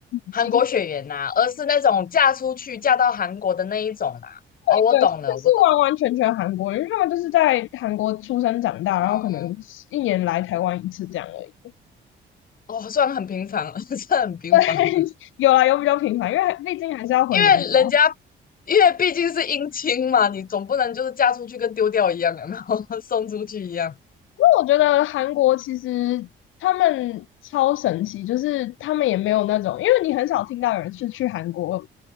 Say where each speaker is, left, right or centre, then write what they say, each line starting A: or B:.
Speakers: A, on the left; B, on the left.
A: 韩国血缘呐、
B: 其实
A: 而是那种嫁出去嫁到韩国的那一种啦、哦，我懂了，
B: 对，他们是完完全全韩国人，
A: 我懂，
B: 因为他们就是在韩国出生长大，
A: 嗯。
B: 然后可能一年来台湾一次这样而已。
A: 哦，算很平凡了，<laughs> 算很平凡的，
B: 对，<laughs> 有啊，有比较频繁，因为毕竟还是要回娘家。
A: 因为人家，因为毕竟是姻亲嘛，你总不能就是嫁出去跟丢掉一样，有没有？<laughs> 送出去一样。
B: 因为我觉得韩国其实他们超神奇，就是他们也没有那种，因为你很少听到有人是去韩国